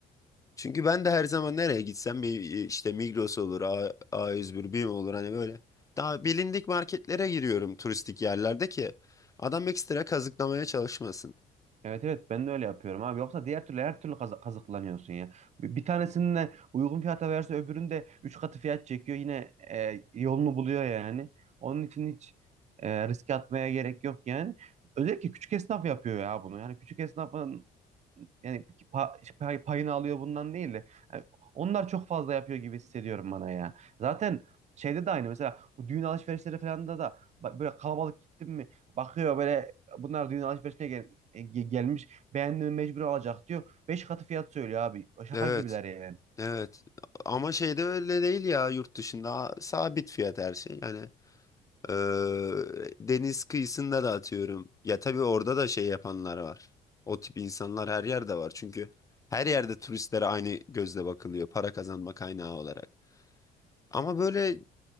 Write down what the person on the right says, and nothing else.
Evet evet ben de öyle yapıyorum abi. Yoksa diğer türlü her türlü kazı- kazıklanıyorsun ya. Bir, bir tanesini de uygun fiyata verse öbürünü de 3 katı fiyat çekiyor. Yine e, yolunu buluyor yani. Onun için hiç e, riske atmaya gerek yok yani. Özellikle küçük esnaf yapıyor ya bunu. Yani küçük esnafın yani pa- işte pay- payını alıyor bundan değil de yani onlar çok fazla yapıyor gibi hissediyorum bana ya. Zaten şeyde de aynı mesela bu düğün alışverişleri falan da da ba- böyle kalabalık gittim mi bakıyor böyle bunlar düğün alışverişine gel e, ge- gelmiş beğendiğimi mecbur alacak diyor. Beş katı fiyat söylüyor abi. Şaka
gibiler yani.